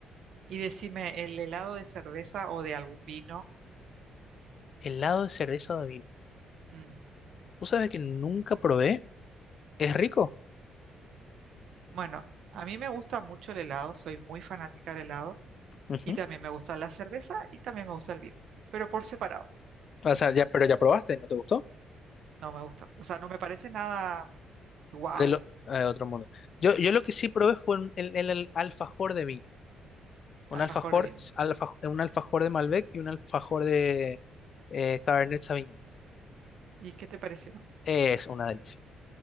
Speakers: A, on the right (about 70°); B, on the left (about 50°).
A: Y decime, ¿el helado de cerveza o de algún vino?
B: ¿Helado de cerveza o de vino?
A: Mm.
B: Tú sabes que nunca probé. Es rico.
A: Bueno, a mí me gusta mucho el helado, soy muy fanática del helado
B: Ujú.
A: y también me gusta la cerveza y también me gusta el vino, pero por separado,
B: O sea, ya, pero ya probaste, ¿no te gustó?
A: no me gusta. O sea, no me parece nada wow,
B: De lo- eh, otro mundo. Yo, yo lo que sí probé fue un- el, el- el alfajor de vino. Un
A: alfajor
B: alfajor,
A: de vino.
B: alfa- un alfajor de Malbec y un alfajor de eh, Cabernet Sauvignon.
A: ¿Y qué te pareció?
B: Es una delicia.